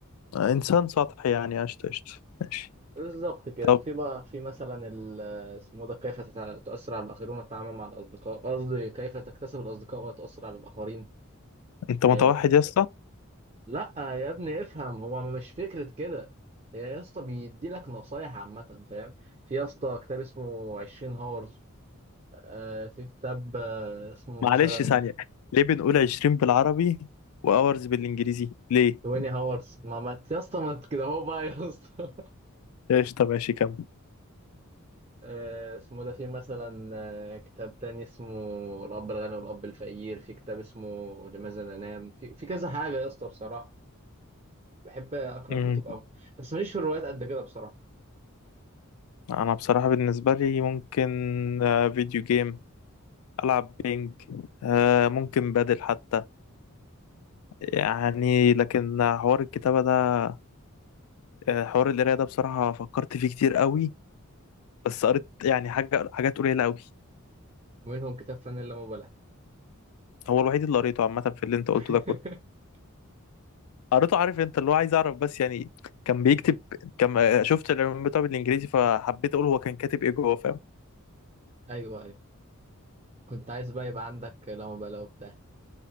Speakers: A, on the left; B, on the right.
A: انسان سطحي يعني قشطة قشطة ماشي
B: بالظبط كده
A: طب
B: وفي بقى في مثلا ال- اسمه ده كيف تتع- تؤثر على الاخرين وتتعامل مع الاصدقاء قصدي كيف تكتسب الاصدقاء وتؤثر على الاخرين
A: انت
B: أه
A: متوحد يا اسطى
B: لا يا ابني افهم هو مش فكره كده هي يا اسطى بيدي لك نصايح عامه فاهم في يا اسطى كتاب اسمه 20 هاورز أه في كتاب أه اسمه
A: معلش
B: مثلا
A: ثانية ليه بنقول 20 بالعربي واورز بالانجليزي ليه
B: 20 هاورز ما ما يا اسطى ما انت كده اهو بقى يا اسطى
A: قشطة ماشي كمل
B: آه، اسمه ده في مثلا آه، كتاب تاني اسمه الأب الغني والأب الفقير في كتاب اسمه لماذا ننام في في كذا حاجة يا اسطى بصراحة بحب أقرأ
A: امم
B: كتب أوي بس ماليش في الروايات قد كده بصراحة
A: انا بصراحة بالنسبة لي ممكن آه، فيديو جيم العب بينج آه، ممكن بدل حتى يعني لكن حوار الكتابة ده آه، حوار القراية ده بصراحة فكرت فيه كتير قوي بس قريت يعني حاجة حاجات قليلة قوي
B: ومنهم كتاب فن اللامبالاة
A: هو الوحيد اللي قريته عامة في اللي انت
B: <laughs>
A: قلته ده كله قريته عارف انت اللي هو عايز اعرف بس يعني كان بيكتب كان آه، شفت العنوان بتاعه بالانجليزي فحبيت اقول هو كان كاتب ايه جوه فاهم
B: أيوه أيوه كنت عايز بقى يبقى عندك لامبالاة وبتاع